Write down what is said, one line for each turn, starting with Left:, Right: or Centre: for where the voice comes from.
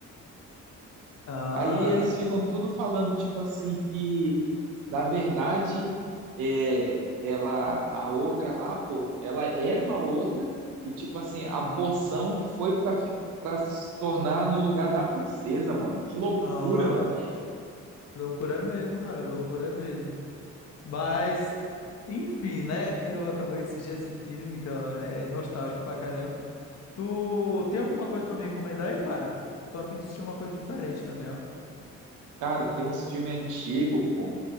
Left: Ah,
Right: Aí eles ficam tudo falando, tipo assim, que na verdade é, ela, a ogra lá, pô, ela era uma ogra e, tipo assim, a
Left: uhum.
Right: poção foi pra, fi- pra se tornar no lugar da princesa, mano. Que loucura,
Left: Ah,
Right: velho.
Left: loucura mesmo, cara, loucura mesmo. Mas, enfim, né? Eu acabei de assistir esse filme que ó, é nostálgico pra caramba. Tu tem alguma coisa pra me recomendar aí, cara? Eu tô a fim de assistir uma coisa diferente também, ó.
Right: Cara, tem uns filmes antigos, pô.